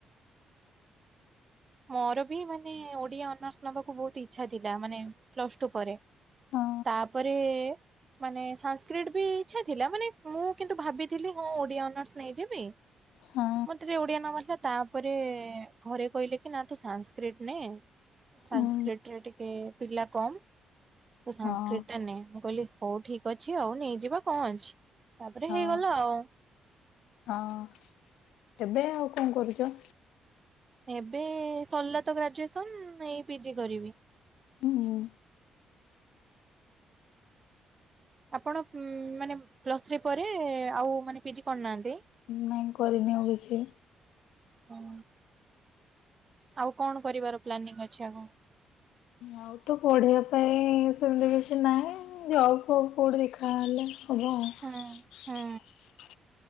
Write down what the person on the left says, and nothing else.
ହଁ
ହଁ
ହୁଁ
ହଁ
ହଁ
ହଁ ଏବେ ଆଉ କଣ କରୁଚ?
ହୁଁ ହୁଁ।
ନାଇଁ କରିନି ଆଉ କିଛି।
ଆଉ ତ ପଢେଇବା ପାଇଁ ସେମିତି କିଛି ନାହିଁ। ଜବ୍ ଫବ୍ କୋଉଟେ ଦେଖା ହେଲେ ହେବ ଆଉ।